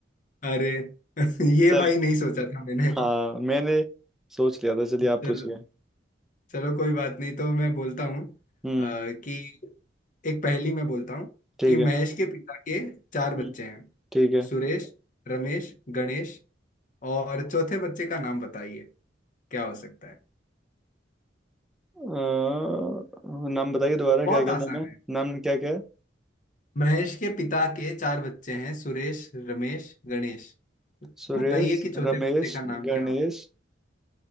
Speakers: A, on the left; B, in the centre.
A: अरे <laughs> ये
B: चल
A: भाई नहीं सोचा था मैंने
B: हाँ मैंने सोच लिया था चलिए आप
A: चलो
B: पूछिए
A: चलो कोई बात नहीं तो मैं बोलता हूँ
B: हम्म
A: अ, कि एक पहेली मैं बोलता हूँ
B: ठीक
A: कि महेश
B: है
A: के पिता के चार बच्चे
B: हम्म,
A: हैं
B: ठीक है
A: सुरेश रमेश गणेश और चौथे बच्चे का नाम बताइए क्या हो सकता है
B: अ, नाम बताइए दोबारा
A: बहुत
B: क्या क्या
A: आसान
B: नाम है
A: है
B: नाम क्या क्या है
A: महेश के पिता के चार बच्चे हैं सुरेश रमेश गणेश
B: सुरेश
A: बताइए कि चौथे
B: रमेश
A: बच्चे का नाम
B: गणेश
A: क्या होगा